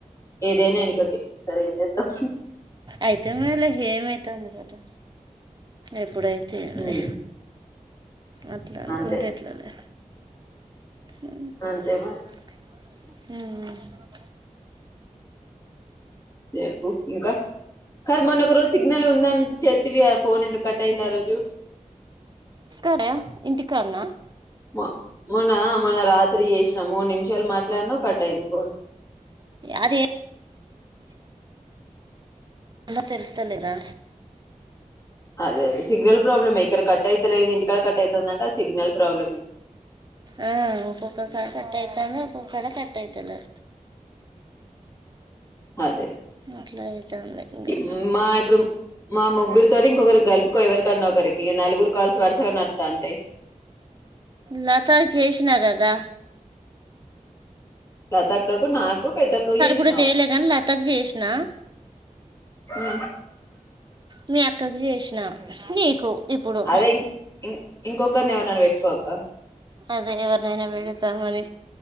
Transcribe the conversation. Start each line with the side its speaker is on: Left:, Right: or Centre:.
Left: ఏదైనా ఎనకకే సరే ఎంజేత్తం
Right: అయితే మేలే ఏమవుతుంది కదా ఎప్పుడైతే ఏంది
Left: ఉమ్
Right: అట్లా అనుకుంటే
Left: అంతే
Right: ఎట్లలే హమ్
Left: అంతే
Right: ఊ
Left: మరి
Right: ఊ
Left: చెపు ఇంకా కాదు మొన్న ఒక రోజు సిగ్నల్ ఉందం చెతివి ఆ పోన్ ఎందుకు కట్టయిందారోజు
Right: స్కాయ ఇంటికాన్న
Left: మో మొన్న మొన్న రాత్రి చేసినవ్ మూడు నిమిషాలు మాట్లాడిన కట్టాయింది ఫోన్
Right: అది అంత తెలుతలేరా
Left: అదే అదే సిగ్నల్ ప్రాబ్లమే ఇక్కడ కట్ అవుతలేదు ఇంటికాడ కట్ అవుతుందంటే ఆ సిగ్నల్ ప్రాబ్లమ్
Right: ఆ ఒక్కొక్క క కట్ ఐతంది ఒక్కొక కాడ కట్ అయితలే
Left: అదే
Right: అట్లా అవుతుంది ఇంకా
Left: ఇ మా ఇపుడు మా ముగ్గురితోటి ఇంకొకరి గలుపుకో ఎవరికన్నా ఒకరికి నలుగురు కాల్స్ వరుసగా నాడుతా ఉంటాయి
Right: లతాక్ ఏష్నా గదా
Left: లతక్కకు నాకు పెద్దక్ నువ్ చేస్నవ్
Right: కూడా చేయలే కానీ లతకి చేసిన
Left: ఉ
Right: మీ అక్కక్ జెస్న నీకు ఇప్పుడు
Left: అదే ఇం ఇం ఇంకొకరిని ఎవరన్నానా పెట్టుకోక్క
Right: అదే ఎవరినైనా పెడతా మరి